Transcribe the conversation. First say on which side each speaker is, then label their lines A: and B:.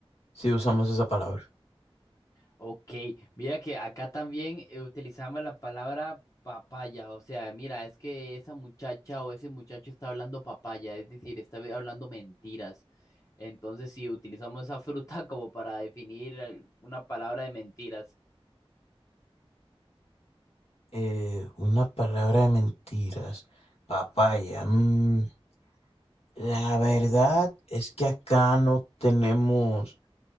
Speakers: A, on the left; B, on the left.
A: sí usamos esa palabra.
B: Ok, mira que acá también eh, utilizamos la palabra papaya. O sea, mira, es que esa muchacha o ese muchacho está hablando papaya, es decir, está hablando mentiras. Entonces sí, utilizamos esa <laughs> fruta como para definir eh, una palabra de mentiras.
A: Eh, una palabra de mentiras, papaya. mm, la verdad es que acá no tenemos